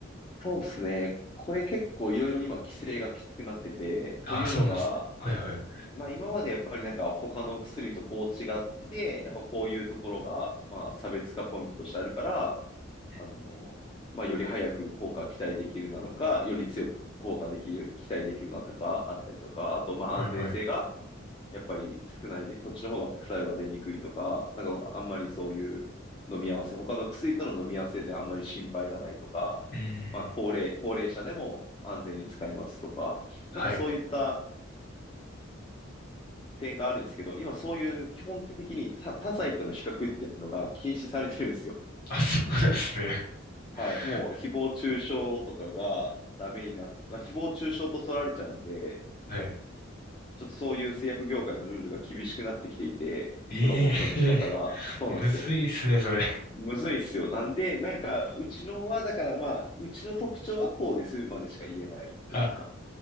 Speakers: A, on the left; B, on the left.
A: そうですね。これ結構いろいろ今規制がきつくなってて、
B: あ、
A: というのが、
B: そうなんですね。はいはい。
A: まあ今までやっぱりなんか他の薬とこう違って、やっぱこういうところが、まあ差別化ポイントとしてあるから、
B: うん
A: あの、まあより早く効果期待できるなのか、より強く効果できる、期待できるなとかあったりとか、あとまあ安全性が、
B: はいはい。う
A: やっぱり少ないで、こっちの方が副作用が出にくいとか、なんかあんまりそういう飲み合わせ、他の薬との飲み合わせであんまり心配がないとか、
B: ーん。
A: まあ高齢、高齢者でも安全に使えますとか、
B: はい。
A: なんかそういった点があるんですけど、今そういう基本的に他、他剤との比較っていうのが禁止されてるんですよ。
B: あ、そうなんですね。<laughs>
A: はい。もう誹謗中傷とかがダメになっ、まあ、誹謗中傷と取られちゃうんで、
B: はい。
A: ちょっとそういう製薬業界のルールが厳しくなってきていて、
B: ええー
A: プロモーションの仕方が。
B: <laughs>
A: そうなんですよ。
B: むずいっすね、それ。
A: むずいっすよ。なんで、なんか、うちのは、だからまあ、うちの特徴はこうですまでしか言えないというか。
B: あ、